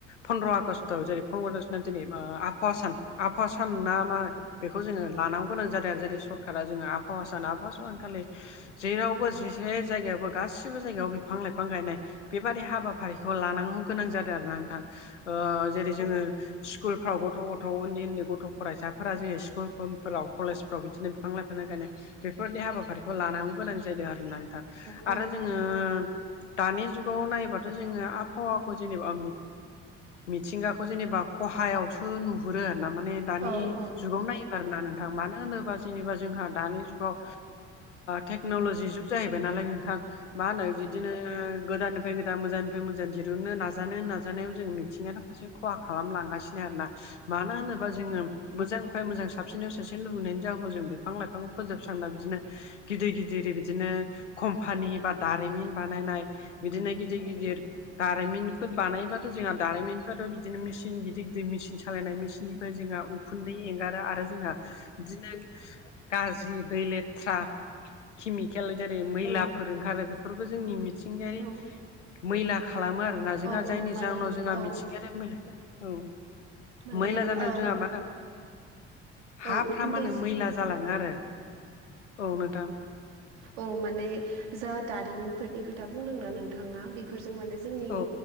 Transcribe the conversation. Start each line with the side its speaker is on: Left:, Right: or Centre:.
Left: फन्द्र आगष्टआव जेरै फन्द्र आगष्टआव दिनै आबहावा सान आबहावा सान ना मा बेखौ जोङो लानांगौ गोनां जादों आरो जेरै सरकारा जोङो आ आबहावा सान आबाहावा सानखालि जेरावबो जेसे जायगायावबो गासिबो जायगायाव बिफां लाइफां गायनाय बेबादि हाबाफारिखौ लाननो गोनां जादों आरो ना नोंथां जेरै जोङो स्कुलफ्राव गथ' गथ' उन्दै उन्दै गथ' फरायसाफोरा जोङो स्कुलफ्राव कलेजफ्राव बिदिनो बिफां लाइफां लागायनाय बेफोरबायदि हाबाफारिफोरखौ लानांगौ गोनां जा जादों आरो थां
Right: औ
Left: आरो जोङो दानि जुगाव नायोबाथ' जोङो आबहावाखौ जेनेबा मिथिंगाखौ जेनेबा खहायावसो नुहुरो आरो ना माने दानि
Right: औ
Left: जुगाव नायोबो आरो ना नोंथां मानो होनोबा जेनेबा जोंहा दानि जुगाव टेक्न'लजि जुग जाहैबाय नालाय नोंथ थां मा होनो बिदिनो गोदान फ्राय गोदान मोजांनिफ्राय मोजां दिरुननो नाजानो नाजानायाव जोङो मिथिंगायानो फारसे खहा खालामलांगासिनो आरो ना मानो होनोबा जोङो मोजांनिफ्राय मोजां साबसिननिफाराय साबसिन लुबैनायनि जाहोनाव जों बिफां लाइफांखौ फोजोबस्रांना बिदिनो गिदिर गिदिर बिदिनो कम्पानि बा दारिमिन बानायनाय बिदिनो गिदिर गिदिर दारिमिनफोर बानायबाथ' जोंहा दारिमिनफ्राथ' बिदिनो मिसिन गिदिर गिदिर मेचिन सालायनाय मेसिन जोंहा उखुन्दै एंगारो आरो जोंहा बिदिनो गाज्रि दै लेथ्रा केमिकेल जेरै मैला फोर ओंखारो बेफोरबो जोंनि मिथिंगायारि
Right: औ
Left: मैला खालामो आरोना जोंहा
Right: औ
Left: जायनि
Right: माने
Left: जाहोनाव जोंहा
Right: औ
Left: मिथिंगायारि मैला औ
Right: माने
Left: मैला जानायाव
Right: औ
Left: जोंहा मा होनो हा
Right: औ उखुन्दै
Left: मैला जालाङो आरो औ नोंथां
Right: औ माने जा दारिमिनफोरनि खोथा बुंदोंना नोंथाङा बेफोरजों माने जोंनि
Left: औ